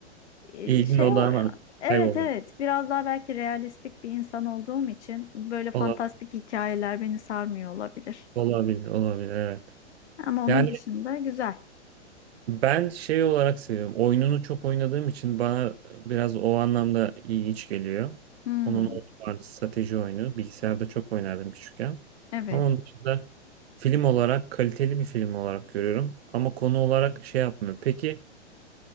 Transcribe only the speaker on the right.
<laughs>
İlgin
odağına
kayboluyor.
Olabilir,
Olabilir, olabilir, evet.
Yani
Ben şey olarak seviyorum. Oyununu çok oynadığım için bana biraz o anlamda iyi iç geliyor.
Onun oyunu vardı strateji oyunu. Bilgisayarda çok oynardım küçükken.
Ama onun dışında film olarak kaliteli bir film olarak görüyorum. Ama konu olarak şey yapmıyor. Peki